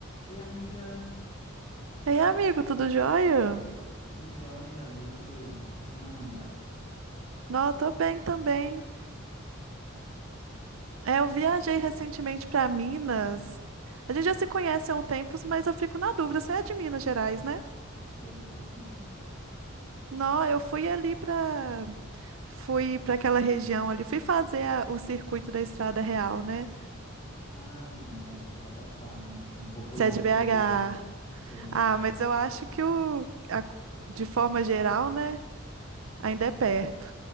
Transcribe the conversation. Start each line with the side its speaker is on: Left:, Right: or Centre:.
Left: Ei, amiga,
Right: Ei, amigo, tudo jóia?
Left: tudo jóia? E você? O que que você manda?
Right: Não, tô bem também. É, eu viajei recentemente pra Minas. A gente já se conhece há um tempo, mas eu fico na dúvida, você é de Minas Gerais, né?
Left: Sou, sou de Minas.
Right: Não, eu fui ali pra. fui pra aquela região ali, fui fazer a- o circuito da Estrada Real, né?
Left: Ah, não, mas é, eu sou da capital, né? Tô um pouco
Right: Você
Left: longe
Right: é de BH.
Left: daí. Sou,
Right: Ah, mas eu acho que o a- de forma geral, né, ainda é perto.